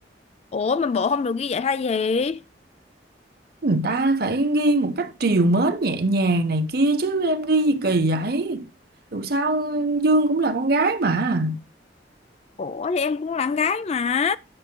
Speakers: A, on the left (about 35°); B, on the right (about 60°).
A: Ủa mà bộ không được ghi vậy hay gì?
B: người ta phải nghi một cách trìu mến nhẹ nhàng này kia chứ em nghi gì kỳ vậy dù sao Dương cũng là con gái mà
A: Ủa thì em cũng là con gái mà.